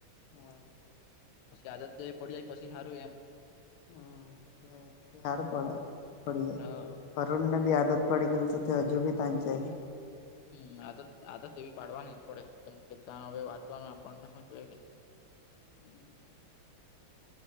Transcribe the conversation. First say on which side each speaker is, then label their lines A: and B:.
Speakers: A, on the left; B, on the left.
A: હા.
B: પસી આદત જે પડી જાય પસી હારું એમ.
A: હમ, એ એ હારું પડે પડીએ
B: હા
A: અરુણને બી આદત પડી ગયેલ છે તો હજુબી ત્યાં જઈ.
B: હમ, આદત આદત એવી પાડવાની પડે કેમ કે ત્યાં હવે વાંચવાનું આપણને હું જોઈએ કાઈ
A: <inaudible>